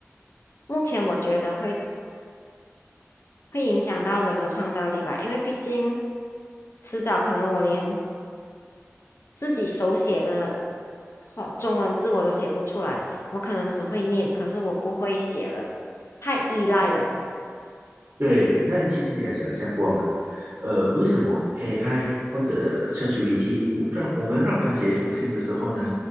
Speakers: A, on the left (about 55°); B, on the right (about 45°).
A: 目前我觉得会。会影响到人的创造力吧，因为毕竟迟早可能我连自己手写的话中文字我都写不出来，我可能只会念，可是我不会写了，太依赖了，
B: 对，那其实你有想象过吗？呃，为什么 AI 或者 ChatGPT 我让我们让它写一封信的时候呢，